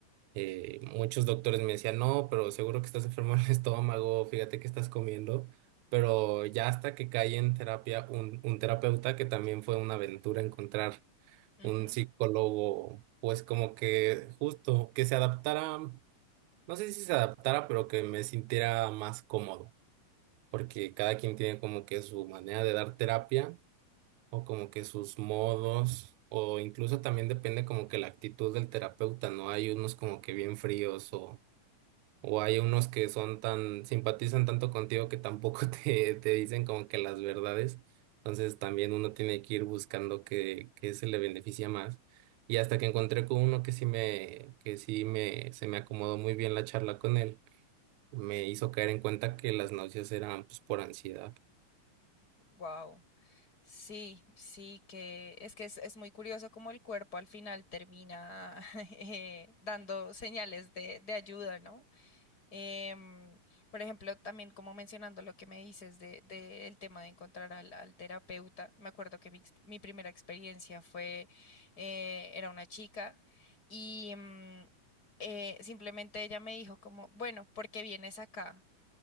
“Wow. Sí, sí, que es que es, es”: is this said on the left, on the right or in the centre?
Left